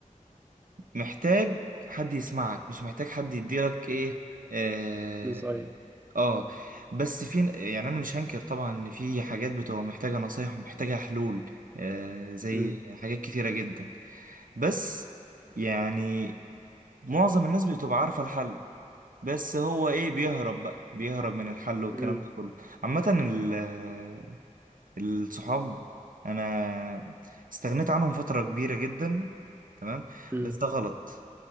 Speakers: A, on the right; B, on the right.
A: محتاج حد يسمعك مش محتاج حد يديلك ايه اه,
B: نصايح
A: آه. بس في يعني انا مش هنكر طبعا ان في حاجات بتبقى محتاجة نصايح ومحتاجة حلول آه زي
B: امم
A: حاجات كتيرة جدا بس يعني معظم الناس بتبقى عارفة الحل بس هو ايه بيهرب بقى بيهرب من الحل والكلام
B: امم
A: ده كله عامة ال- الصحاب انا استغنيت عنهم فترة كبيرة جدا تمام
B: امم
A: بس ده غلط